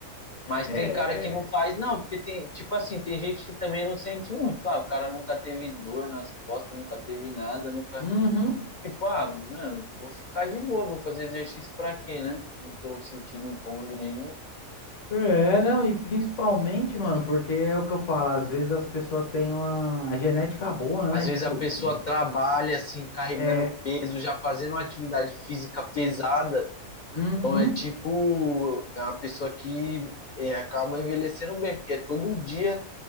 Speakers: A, on the left; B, on the left.
A: Mas
B: É.
A: tem cara que não faz, não, porque tem, tipo assim, tem gente que também não sente muito. Ah, o cara nunca teve dor nas costas, nunca teve nada, nunca.
B: Uhum.
A: Tipo, ah, mano, vou ficar de boa, vou fazer exercício pra quê, né? Não tô sentindo incômodo nenhum.
B: É, não, e principalmente, mano, porque é o que eu falo, às vezes as pessoas têm uma genética boa,
A: Às
B: né?
A: vezes
B: Tipo,
A: a pessoa
B: ge-
A: trabalha assim, carregando
B: é.
A: peso, já fazendo uma atividade física pesada.
B: Uhum.
A: Então é tipo, é uma pessoa que é, acaba envelhecendo bem, porque é todo dia